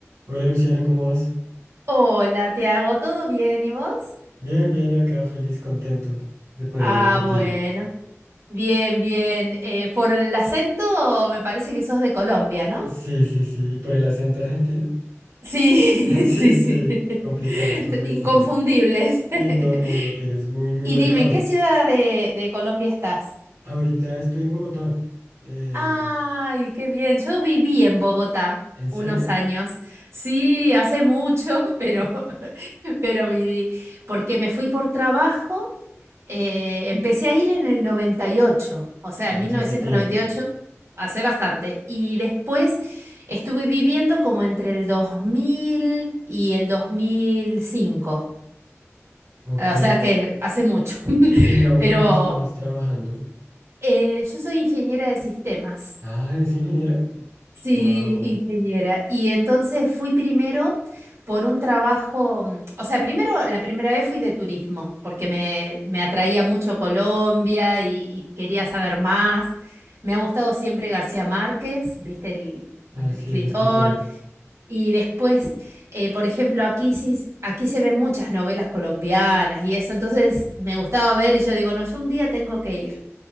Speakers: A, on the right (about 80°); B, on the right (about 65°).
A: Hola Luciana, ¿cómo vas?
B: Hola, te hago ¿todo bien? ¿Y vos?
A: Bien, bien, acá feliz, contento de poder
B: Ah,
A: hablar contigo.
B: bueno, bien, bien. Eh, por el acento me parece que sos de Colombia, ¿no?
A: Sí, sí, sí, ¿y por el acento argentino?
B: Sí,
A: <laughs> Sí,
B: <laughs> sí, sí.
A: sí,
B: <laughs>
A: complicado, estuvo difícil.
B: Inconfundibles.
A: Sí, no,
B: <laughs>
A: no, lo tienes muy, muy
B: Y
A: marcado.
B: dime, ¿en qué ciudad de, de Colombia estás?
A: Ahorita estoy en Bogotá. Eh,
B: Ay, qué bien. Yo viví en Bogotá
A: ¿en
B: unos
A: serio?
B: años. Sí, hace mucho, <laughs> pero, pero viví. Porque me fui por trabajo. eh, empecé a ir en el 98, o sea,
A: Ah,
B: en mil
A: ya
B: novecientos
A: hace tiempo.
B: noventa y ocho, hace bastante. Y después estuve viviendo como entre el 2000 y el dos mil cinco,
A: Ok.
B: O
A: ¿Y,
B: sea que hace mucho. <laughs>
A: y digamos
B: Pero
A: en qué estabas trabajando?
B: eh, yo soy ingeniera de sistemas.
A: Ah, ¿es ingeniera?
B: Sí,
A: Wow.
B: ingeniera. Y entonces fui primero por un trabajo, mm, o sea, primero la primera vez fui de turismo, porque me, me atraía mucho Colombia y, y quería saber más. Me ha gustado siempre García Márquez, viste, el, bueno,
A: Ah,
B: el
A: sí,
B: escritor.
A: el escritor.
B: Y después, eh, por ejemplo, aquí sí, aquí se ven muchas novelas colombianas y eso, entonces me gustaba ver y yo digo, no, yo un día tengo que ir.